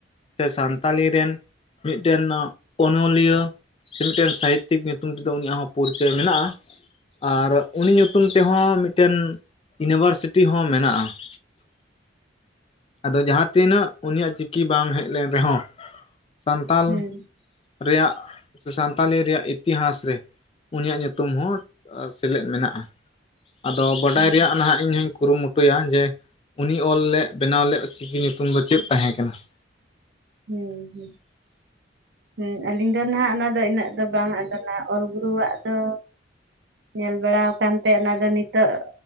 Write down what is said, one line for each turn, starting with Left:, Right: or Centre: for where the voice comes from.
Left: ᱥᱮ ᱥᱟᱱᱛᱟᱞᱤ ᱨᱮᱱ ᱢᱤᱫᱴᱮᱱ ᱚᱱᱚᱞᱤᱭᱟᱹ ᱥᱮ ᱢᱤᱫᱴᱮᱱ ᱥᱟᱦᱤᱛᱛᱤᱠ ᱧᱩᱛᱩᱢ ᱛᱮᱫᱚ ᱩᱱᱤᱭᱟᱜ ᱦᱚᱸ ᱯᱚᱨᱤᱪᱚᱭ ᱢᱮᱱᱟᱜᱼᱟ ᱾ ᱟᱨ ᱩᱱᱤ ᱧᱩᱛᱩᱢ ᱛᱮᱦᱚᱸ ᱢᱤᱫᱴᱮᱱ ᱤᱱᱤᱵᱷᱟᱨᱥᱤᱴᱤ ᱦᱚᱸ ᱢᱮᱱᱟᱜᱼᱟ ᱾ ᱟᱫᱚ ᱡᱟᱦᱟᱸ ᱛᱤᱱᱟᱹᱜ ᱩᱱᱤᱭᱟᱜ ᱪᱤᱠᱤ ᱵᱟᱝ ᱦᱮᱡ ᱞᱮᱱ ᱨᱮᱦᱚᱸ ᱥᱟᱱᱛᱟᱞ
Right: ᱦᱩᱸ
Left: ᱨᱮᱭᱟᱜ ᱥᱮ ᱥᱟᱱᱛᱟᱞᱤ ᱨᱮᱭᱟᱜ ᱤᱛᱤᱦᱟᱥ ᱨᱮ ᱩᱱᱤᱭᱟᱜ ᱧᱩᱛᱩᱢ ᱦᱚᱸ ᱥᱮᱞᱮᱫ ᱢᱮᱱᱟᱜᱼᱟ ᱾ ᱟᱫᱚ ᱵᱟᱰᱟᱭ
Right: ᱦᱳᱭ
Left: ᱨᱮᱭᱟᱜ ᱱᱟᱸᱜ ᱤᱧ ᱦᱩᱧ ᱠᱩᱨᱩᱢᱩᱴᱩᱭᱟ ᱡᱮ ᱩᱱᱤ ᱚᱞ ᱞᱮᱜ ᱵᱮᱱᱟᱣ ᱞᱮᱜ ᱪᱤᱠᱤ ᱧᱩᱛᱩᱢ ᱫᱚ ᱪᱮᱜ ᱛᱟᱦᱮᱸ ᱠᱟᱱᱟ ᱾
Right: ᱦᱩᱸ ᱦᱩᱸ ᱦᱩᱸ ᱟᱹᱞᱤᱧ ᱫᱚ ᱱᱟᱦᱟᱜ ᱚᱱᱟ ᱫᱚ ᱤᱱᱟᱹᱜ ᱫᱚ ᱵᱟᱝ ᱟᱫᱚᱞᱟ ᱚᱞ ᱜᱩᱨᱩᱣᱟᱜ ᱫᱚ ᱧᱮᱞ ᱵᱟᱲᱟᱣ ᱟᱠᱟᱱᱛᱮ ᱚᱱᱟ ᱫᱚ ᱱᱤᱛᱚᱜ